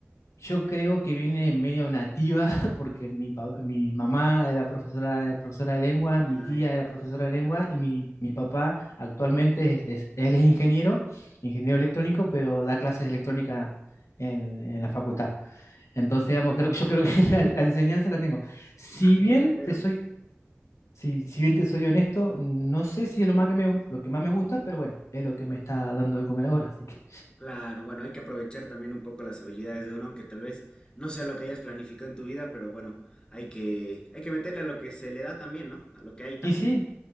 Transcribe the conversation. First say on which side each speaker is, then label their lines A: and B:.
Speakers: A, on the left; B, on the left.
A: yo creo que viene medio nativa, <laughs> porque mi, pa- mi mamá era profesora, de- profesora de lengua, mi
B: Ah,
A: tía
B: ya.
A: era profesora de lengua y mi, mi papá actualmente es, es- él es ingeniero, ingeniero electrónico, pero da clases de electrónica en, en la facultad. Entonces, digamos, creo que yo creo que <laughs> la, la enseñanza la tengo. Si
B: Ah, genial,
A: bien
B: pero.
A: te soy, si, si bien te soy honesto, no sé si es lo más que me, gu- lo que más me gusta, pero bueno, es lo que me está dando de comer ahora. Así que,
B: Claro, bueno, hay que aprovechar también un poco las habilidades de uno, aunque tal vez no sea lo que hayas planificado en tu vida, pero bueno, hay que, hay que meterle a lo que se le da también, ¿no? A lo que hay también.
A: y sí,